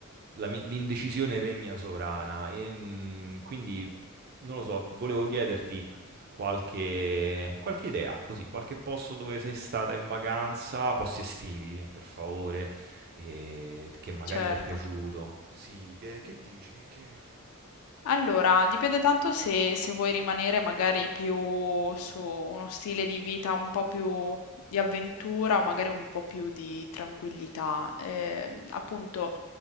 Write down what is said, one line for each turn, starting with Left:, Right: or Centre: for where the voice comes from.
Right: la mi- l'indecisione regna sovrana e mm, quindi, non lo so, volevo chiederti... Qualche, qualche idea, così, qualche posto dove sei stata in vacanza, posti estivi, eh, per favore, e che magari
Left: Certo.
Right: ti è piaciuto. Sì, che, che dici? Che...
Left: Allora, dipende tanto se, se vuoi rimanere magari più su uno stile di vita un po' più di avventura o magari un po' più di tranquillità. Ehm, appunto,